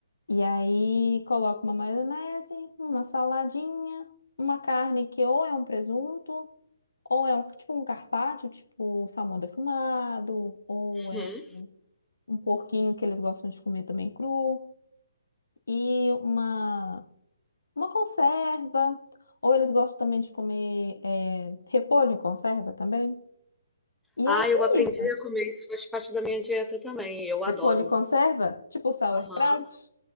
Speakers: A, on the left; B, in the centre.
A: E aí coloco uma maionese, uma saladinha, uma carne que ou é um presunto, ou é um, tipo um carpaccio, tipo salmão defumado, ou é
B: Uhum.
A: um porquinho que eles gostam de comer também cru, e uma, uma conserva. Ou eles gostam também de comer eh, repolho em conserva também. E
B: Ah,
A: aí
B: eu
A: é
B: aprendi
A: isso.
B: a comer, isso faz parte da minha dieta também. Eu
A: Repolho
B: adoro.
A: conserva? Tipo sauerkraut?
B: Aham.